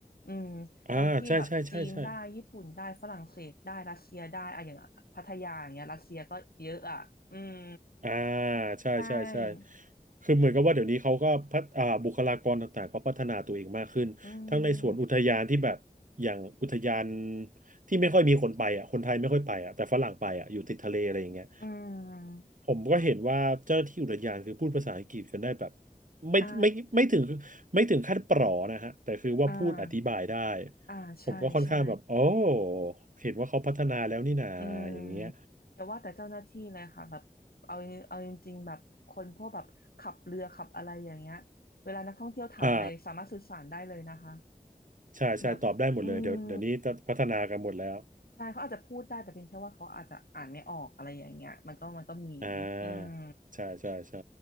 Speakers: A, on the left; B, on the right.
A: อืมบางที่แบบจีนได้ญี่ปุ่นได้ฝรั่งเศสได้รัสเซียได้อะอย่างพัทยาอย่างเงี้ยรัสเซียก็เยอะอ่ะอืม
B: อ่าใช่ใช่ใช่ใช่ อ่าใช่ใช่ใช่
A: ใช่
B: คือเหมือนกับว่าเดี๋ยวนี้เขาก็พัฒอ่าบุคลากรต่างๆเขาพัฒนาตัวเองมากขึ้นทั้งในส่วนอุทยานที่แบบอย่างอุทยาน
A: อืม
B: ที่ไม่ค่อยมีคนไปอ่ะคนไทยไม่ค่อยไปอ่ะแต่ฝรั่งไปอ่ะอยู่ติดทะเลอะไรอย่างเงี้ย
A: อืม
B: ผมก็เห็นว่าเจ้าหน้าที่อุทยานคือพูดภาษาอังกฤษกันได้แบบไม่ไม่ไม่ถึง
A: อ่า
B: ไม่ถึงขั้นปลอนะฮะแต่คือว่าพูดอธิบายได้
A: อ่าอ่าใช่ใช่
B: ผมก็ค่อนข้างแบบโอ้เห็นว่าเขาพัฒนาแล้วนี่นาอย่างเงี้ย
A: อืมอย่าว่าแต่เจ้าหน้าที่เลยค่ะแบบเอาเอาจริงๆแบบคนพวกแบบขับเรือขับอะไรอย่างเงี้ยเวลานักท่องเที่ยวถามอะไรสามารถสื่อสารได้เลยนะคะ
B: อ่า ใช่ใช่ตอบได้หมดเลยเดี๋ยวเดี๋ยวนี้พัฒนากันหมดแล้ว
A: แบบอืม ใช่เขาอาจจะพูดได้แต่เป็นแค่ว่าเขาอาจจะอ่านไม่ออกอะไรอย่างเงี้ยมันก็มันก็มีอืม
B: อ่าใช่ใช่ใช่